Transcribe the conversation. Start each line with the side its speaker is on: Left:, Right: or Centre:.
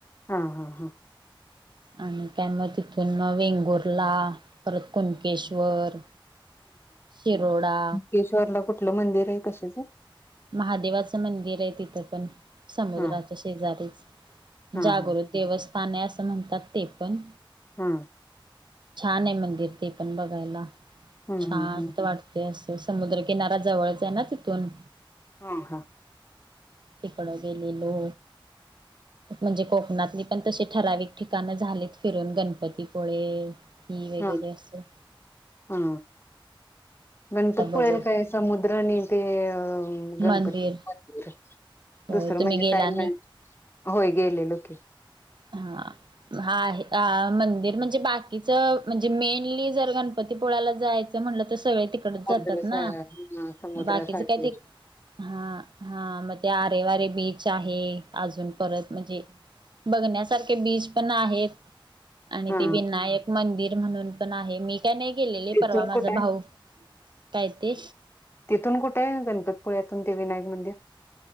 Left: हा, हा, हा.
Right: आणि काय मग तिथून मग वेंगुर्ला- परत कुणकेश्वर, शिरोडा-
Left: केेश्वरला कुठलं मंदिर आहे कशाचं?
Right: महादेवाचं मंदिर आहे तिथं पण, समुद्राच्या
Left: हा
Right: शेजारीच
Left: हा हा
Right: जागृत-
Left: हा
Right: देवस्थान आहे, असं म्हणतात ते पण.
Left: हा.
Right: छान आहे मंदिर ते पण बघायला
Left: हम्म
Right: शांत
Left: हम्म
Right: वाटत. ते असंतय, समुद्रकिनार्या जवळच आहे ना तिथून.
Left: हा, हा.
Right: तिकडं गेलेलो.
Left: <inaudible>
Right: म्हणजे, कोकणातली पण तशी ठराविक ठिकाण झालीत फिरून गणपतीपुळे- ही वगैरे
Left: हा
Right: असे.
Left: हा. गणपतीपुळेला
Right: बघू
Left: काय समुद्र आणि ते अ गणपती
Right: मंदिर
Left: <unintelligible>
Right: होय
Left: दुसरं
Right: तुम्ही
Left: म्हणजे
Right: गेला
Left: काय नाही. होय गेलेलो की.
Right: हा. हा, आहे मंदिर म्हणजे बाकीच म्हणजे मेनली जर गणपतीपुळला जायचं- म्हणलं तर सगळे तिकडच जातात
Left: समुद्र
Right: ना,
Left: समुद्रासाठी
Right: बाकीचे काय ते- हा, हा, मग ते आरेवारे बीच आहे, अजून परत म्हणजे- बघण्यासारखे बीच पण आहेत आणि
Left: हा
Right: ते विनायक- मंदिर म्हणून पण आहे, मी काय नाही गेलेले,
Left: तिथून
Right: परवा माझा
Left: कुठे
Right: भाऊ
Left: आहे
Right: काय ते?
Left: तिथून कुठे आहे, गणपतीपुळ्यातून ते विनायक मंदिर?